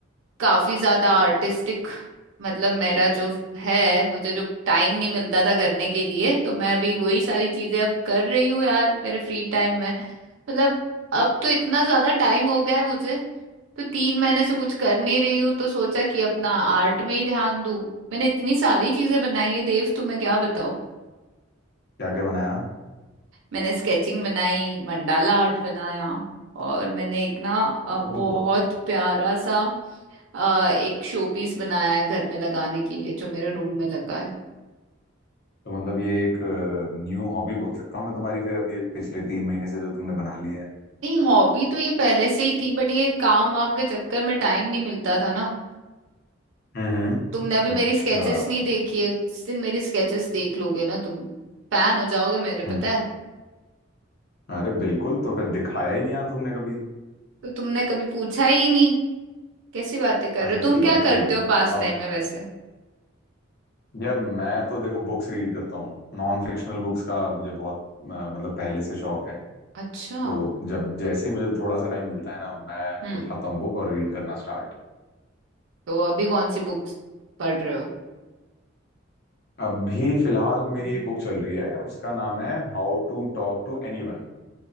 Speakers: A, on the right; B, on the left.
A: काफी ज्यादा आर्टिस्टिक मतलब मेरा जो है मुझे जो टाइम नहीं मिलता था करने के लिए तो मैं अभी वही सारी चीजें अब कर रही हूँ यार मेरे फ्री टाइम में मतलब अब तो इतना ज्यादा टाइम हो गया है मुझे तो तीन महीने से कुछ कर नहीं रही हूँ तो सोचा कि अपना आर्ट में ही ध्यान दूं मैंने इतनी सारी चीजें बनाई है देव तुम्हें क्या बताऊं
B: क्या क्या बनाया
A: मैंने स्केचिंग बनाई मंडाला आर्ट बनाया और मैंने एक ना अ,
B: ओह
A: बहुत प्यारा सा अ, एक शो पीस बनाया है घर में लगाने के लिए जो मेरे रूम में लगा है
B: तो मतलब ये एक न्यू हॉबी बोल सकता हूँ मैं तुम्हारी फिर अभी ये पिछले तीन महीने से जो तुमने बना ली है
A: नहीं हॉबी तो ये पहले से ही थी बट ये काम वाम के चक्कर में टाइम नहीं मिलता था ना
B: हम्म
A: तुमने अभी मेरी
B: अच्छा
A: स्केचेस नहीं देखी है जिस दिन मेरी स्केचेस देख लोगे ना तुम फैन हो जाओगे मेरे पता
B: हम्म
A: है
B: अरे बिल्कुल तो फिर दिखाया ही नहीं यार तुमने कभी
A: तो तुमने कभी पूछा ही नहीं कैसी बातें कर
B: अच्छा
A: रहे हो तुम
B: ठीक
A: क्या
B: है
A: करते
B: कोई नहीं
A: हो पास टाइम
B: अब
A: में वैसे
B: यार मैं तो देखो बुक्स रीड करता हूँ नॉन फिक्शनल बुक्स का मुझे बहुत अ, मतलब पहले से शौक है
A: अच्छा
B: तो जब जैसे ही मुझे थोड़ा सा टाइम मिलता है ना मैं
A: हम्म
B: उठाता हूँ बुक और रीड करना स्टार्ट
A: तो अभी कौन सी बुक्स पढ़ रहे हो
B: अभी फिलहाल मेरी एक बुक चल रही है उसका नाम है how to talk to anyone